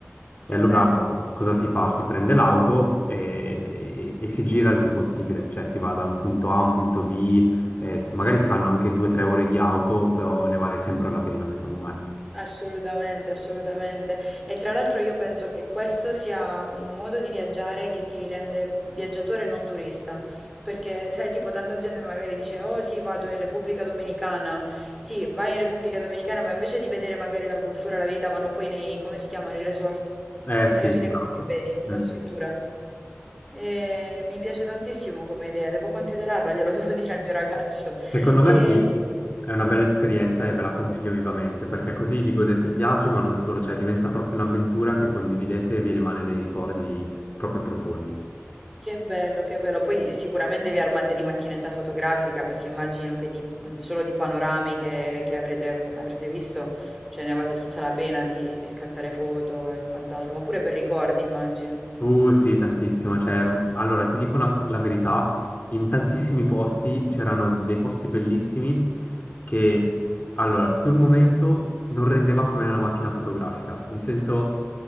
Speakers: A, in the centre; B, on the left (about 40°).
A: Che
B: E allora
A: bello,
B: cosa si fa? Si prende l'auto e, e si gira il più possibile, cioè si va da un punto A a un punto B, eh, s- magari si fanno anche due o tre ore di auto, però ne vale sempre la pena, secondo me.
A: assolutamente, assolutamente. E tra l'altro io penso che questo sia un modo di viaggiare che ti rende viaggiatore e non turista, perché sai, tipo tanta gente magari dice, oh sì, vado in Repubblica Dominicana, sì, vai in Repubblica Dominicana, ma invece di vedere magari la cultura, la vita, vanno poi nei, come si chiamano, i resort.
B: Eh sì,
A: E alla fine
B: esatto.
A: cosa che vedi? Una
B: Mm.
A: struttura. E mi piace tantissimo come idea, devo considerarla, glielo <laughs> devo dire al mio ragazzo.
B: Secondo
A: E
B: me sì,
A: ci...
B: è una bella esperienza
A: sì.
B: e ve la consiglio vivamente, perché così vi godete il viaggio, ma non solo, cioè diventa proprio un'avventura che condividete e vi rimane nei ricordi proprio profondi.
A: Che bello, che bello. Poi eh, sicuramente vi armate di macchinetta fotografica perché immagino che di- mh, solo di panorami che, che avrete, avrete visto ce ne vale tutta la pena di, di scattare foto e quant'altro, ma pure per ricordi immagino.
B: Uh, sì, tantissimo. Cioè, allora, ti dico una- la verità, in tantissimi posti c'erano dei posti bellissimi che, allora, sul momento non rendeva come una macchina fotografica. In senso,